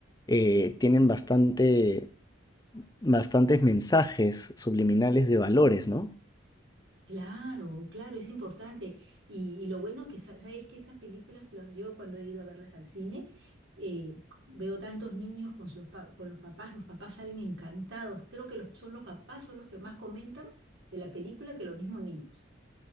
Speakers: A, on the left; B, on the right.
A: eh, tienen bastante, bastantes mensajes subliminales de valores, ¿no?
B: Claro, claro, es importante. Y, y lo bueno que sa- sabes que estas películas, la- yo cuando he ido a verlas al cine, eh, veo tantos niños con los, pa- con los papás, los papás salen encantados. Creo que los- son los papás, son los que más comentan de la película que los mismos niños.